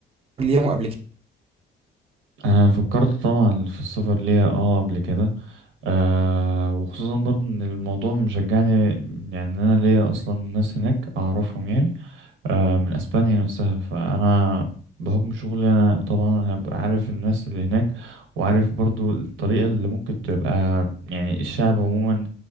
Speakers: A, on the right; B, on the right.
A: ليهم قبل كده
B: انا فكرت طبعا في السفر ليها اه قبل كده آه وخصوصا برضو ان الموضوع مشجعني يعني إن انا ليا اصلا ناس هناك اعرفهم يعني آه، من اسبانيا نفسها فانا بحكم شغلي انا طبعا هبقى عارف الناس اللي هناك وعارف برضو الطريقه اللي ممكن تبقى يعني الشعب عموما